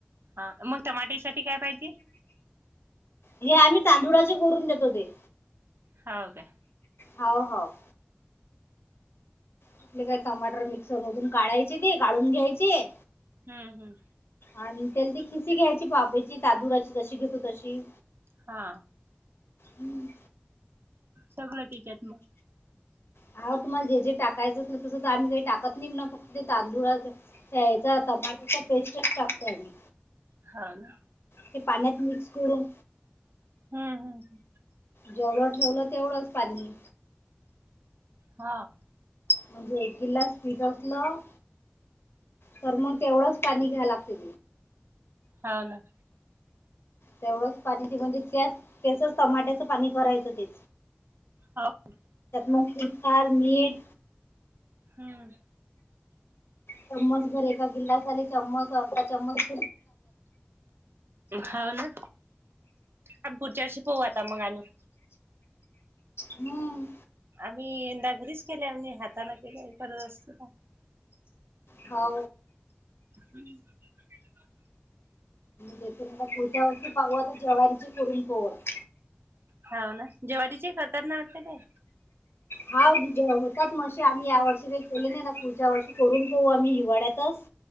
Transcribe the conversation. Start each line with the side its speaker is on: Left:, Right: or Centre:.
Right: हा मग टमाटे साठी काय पाहिजे?
Left: हे आम्ही तांदुळाचे करून देत होते.
Right: हा काय.
Left: हाव, हाव. आपले काय टमाटर मिक्सर मधून काढायचे ते, काढून घ्यायचे.
Right: हम्म हम्म.
Left: आणि त्याला ती खिसी घ्यायची वाफेची ची तादुलाची जशी घेतो तशी.
Right: हा.
Left: हम्म
Right: सगळं तिच्यात मग.
Left: हा तुम्हाला जे जे टाकायचं असल, तस तर आम्ही काही टाकत नाही ना, फक्त ते तांदूळातयचा टमाटोच पेस्टच टाकतोय आमी.
Right: हा ना.
Left: ते पाण्यात मिसळून
Right: हा हा ह.
Left: जेवढं ठेवलं तेवढंच पाणी.
Right: हा.
Left: म्हणजे एक ग्लास पिकतलं. तर मग तेवढंच पाणी घ्यायला लागते.
Right: हा ना.
Left: तेवढंच पाणी म्हणजे, त्या त्याचच टमाट्याचं पाणी करायचं ते.
Right: हाऊ
Left: म फार मीट
Right: हम्म
Left: चम्मच भर एका गिलासले चम्मच अर्धा चम्च
Right: हाव ना आम्ही पुढच्या वर्ष पऊ आता मग अनु
Left: हम्म.
Right: मी यंदा घरीच केल्या हातांना केल्यास खरच ना
Left: हो
Right: ह
Left: देथून मला कोणत्या वस्ती पाहू आता जवारीचे करून पोत <inaudible>
Right: हो ना जव्हारीची खातात ना आपल्याकडे
Left: हा होतात मसे आम्ही या वर्षी काही केले नाही ना पुढच्या वर्षी करून पू आम्ही हिवाळ्यातच